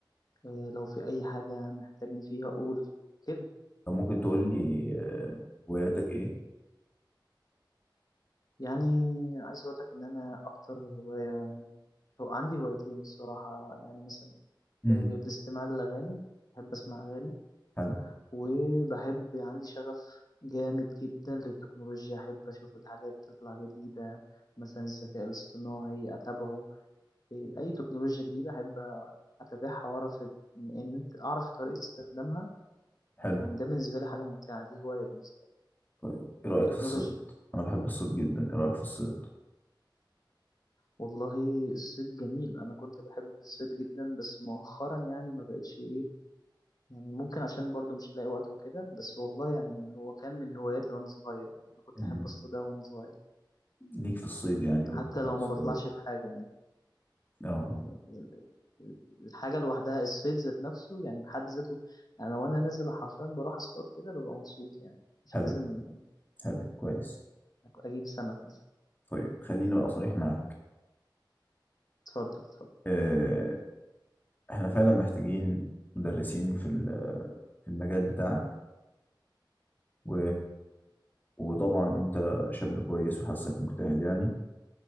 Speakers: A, on the left; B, on the left.
A: آآ لو في أي حاجة محتاجني فيها قُل، كده.
B: طب ممكن تقول
A: يعني
B: لي آه، هواياتك إيه؟
A: يعني عايز أقول لك إن أنا أكتر هواية هو عندي هوايتين الصراحة، يعني مثلًا
B: إمم.
A: آآ الاستماع للأغاني، باحب أسمع أغاني،
B: حلو،
A: وباحب عندي شغف جامد جدًا للتكنولوجيا، أحب أشوف الحاجات تطلع جديدة، مثلًا الذكاء الاصطناعي أتابعه، آآ أي تكنولوجيا جديدة أحب أتابعها وأعرف إن إن أنت أعرف طريقة استخدامها،
B: حلو.
A: يعني ده بالنسبة لي حاجة ممتعة، دي هواية بالنسبة لي.
B: طيب إيه رأيك
A: التكنولوجيا،
B: في الصيد؟ أنا باحب الصيد جدًا، إيه رأيك في الصيد؟
A: والله الصيد جميل، أنا كنت باحب الصيد جدًا، بس مؤخرًا يعني ما بقيتش إيه يعني ممكن عشان برضه مش لاقي وقت وكده، بس والله يعني هو كان من هواياتي وأنا صغير، يعني أنا كنت
B: إمم.
A: أحب أصطاد أوي وأنا صغير،
B: ليك في الصيد يعني وبتطلع
A: حتى لو
B: تصطاد
A: ما باطلعش في حاجة يعني،
B: آه.
A: يعني ال ال الحاجة لوحدها الصيد ذات نَفْسه يعني بحد ذاته أنا وأنا نازل حرفيًا باروح أصطاد كده بابقى مبسوط يعني، مش
B: حلو،
A: لازم
B: حلو، كويس.
A: أك أجيب سَمَك مثلًا.
B: طيب خلّيني بقى صريح معاك،
A: اتفضل، اتفضل.
B: آآ إحنا فعلًا محتاجين مدرسين في ال في المجال بتاعك. و... وطبعا انت شاب كويس وحاسك مجتهد يعني